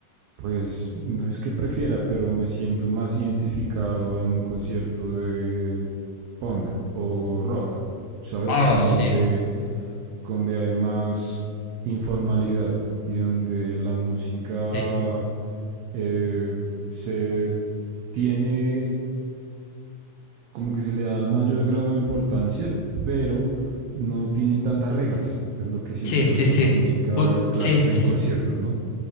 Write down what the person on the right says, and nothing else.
Pues no es que prefiera, pero me siento más identificado en un concierto de punk o rock, ¿sabes?
Como
donde, donde hay más informalidad y donde la música
eh, se tiene, como que se le da el mayor grado de importancia, pero no tiene tantas reglas. Es lo que siento
yo
con
la música
clásica
en conciertos, ¿no?